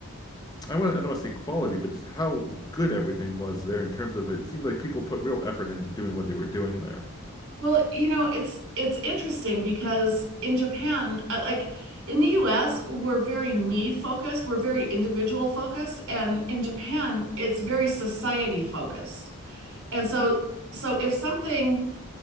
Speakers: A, on the left; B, on the right.
A: I want I don't want to say quality, but just how good everything was there in terms of it seemed like people put real effort into doing what they were doing there.
B: Well, you know, it's it's interesting because in Japan, uh, like in the US, we're very me focused, we're very individual focused, and in Japan, it's very society focused. And so so if something